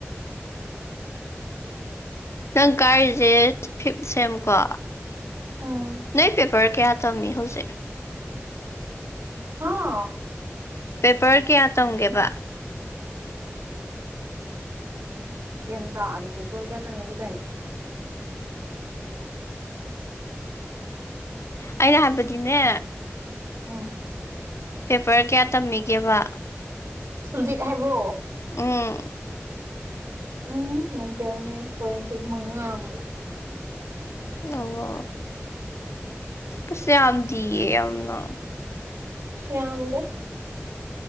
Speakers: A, on the left (about 75°); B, on the right (about 85°).
A: ꯅꯪ ꯀꯥꯔꯤꯖꯦ ꯐꯤꯞ ꯁꯦꯝꯀꯣ
B: ꯎꯝ
A: ꯅꯣꯏ ꯄꯦꯄꯔ ꯀꯌꯥ ꯇꯝꯃꯤ ꯍꯧꯖꯤꯛ
B: ꯍꯥ
A: ꯄꯦꯄꯔ ꯀꯌꯥ ꯇꯝꯒꯦꯕ
B: ꯒꯤꯌꯥꯟ ꯇꯥꯗꯦ ꯄꯦꯄꯔ ꯀꯌꯥ ꯇꯝꯃꯤꯗꯤ ꯀꯩꯅꫭ
A: ꯑꯩꯅ ꯍꯥꯏꯕꯗꯤꯅꯦ
B: ꯎꯝ
A: ꯄꯦꯄꯔ ꯀꯌꯥ ꯇꯝꯃꯤꯒꯦꯕ
B: ꯁꯕꯖꯦꯛ ꯍꯥꯏꯕ꯭ꯔꯣ
A: ꯎꯝ
B: ꯎꯝ <inaudible> ꯃꯉꯥ ꯃꯥꯜꯂꯦ
A: ꯑꯣ ꯑꯁ ꯌꯥꯝꯗꯤꯌꯦ ꯌꯥꯝꯅ
B: ꯌꯥꯝꯗꯦ